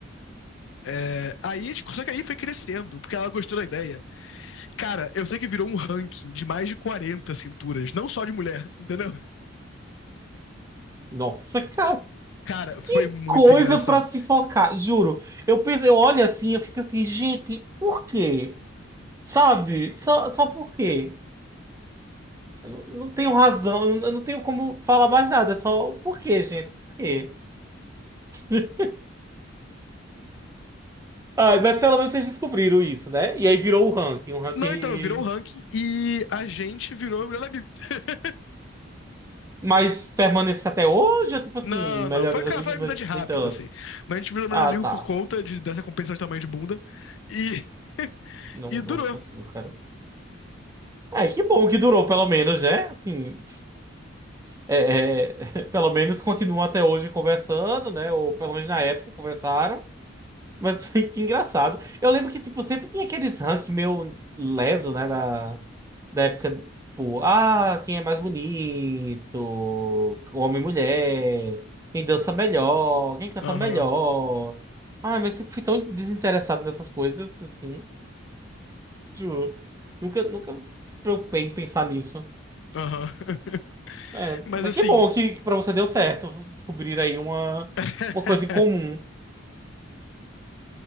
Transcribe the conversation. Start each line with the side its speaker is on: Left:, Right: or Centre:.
Left: É, aí, a gente- só que aí foi crescendo, porque ela gostou da ideia. Cara, eu sei que virou um ranking de mais de quarenta cinturas, não só de mulher, <laughs> entendeu?
Right: Nossa, cara,
Left: Cara, foi
Right: que
Left: muito
Right: coisa
Left: engraçado.
Right: pra se focar, juro. Eu penso, eu olho assim, eu fico assim, gente, por quê? Sabe? Só, só por quê? Eu não, não tenho razão, eu não eu não tenho como falar mais nada, é só por quê, gente? Por quê? <laughs> Ai, mas pelo menos vocês descobriram isso, né? E aí virou o ranking, um ranking.
Left: Não, então, virou um ranking e a gente virou melhor amigo. <laughs>
Right: Mas permanece até hoje, ou tipo assim,
Left: Não,
Right: melhores
Left: não, foi, cara,
Right: amigos,
Left: foi amizade
Right: mas
Left: rápida,
Right: nem tanto.
Left: assim. Mas a gente virou melhor
Right: Ah,
Left: amigo
Right: tá.
Left: por conta de- dessa compensação de tamanho de bunda e,
Right: Não,
Left: e durou.
Right: não consigo, cara. Ah, que bom que durou, pelo menos, né? Assim, é, é, <laughs> pelo menos continuam até hoje conversando, né? Ou pelo menos na época conversaram. Mas <laughs> que engraçado. Eu lembro que, tipo, sempre tinha aqueles ranking meio leso, né? Da, da época, tipo, ah, quem é mais bonito? Homem e mulher. Quem dança melhor? Quem canta
Left: Aham,
Right: melhor? Ah, mas eu sempre fui tão desinteressado nessas coisas, assim, juro. Nunca, nunca me preocupei em pensar nisso.
Left: aham. <laughs>
Right: É,
Left: Mas
Right: mas
Left: assim,
Right: que bom que, que para você deu certo descobrir aí uma,
Left: <laughs>
Right: uma coisa em comum.